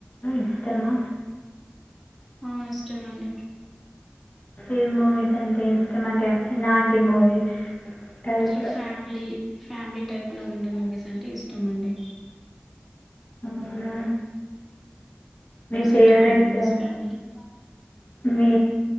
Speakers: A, on the left; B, in the centre.
A: ఇష్టమా
B: ఆ ఇష్టమండి
A: ఏ మూవీస్ అంటే ఇష్టం అంటే ఎలాంటి మూవీస్ టైప్
B: అ ఫ్యామిలీ ఫ్యామిలీ టైప్ లో ఉండే మూవీస్ అంటే ఇష్టం అండి
A: అవునా మీ
B: సెంటిమెంట్
A: ఫేవరెట్
B: ముూవస్ ఫ్యామిలీ ఓ
A: మీ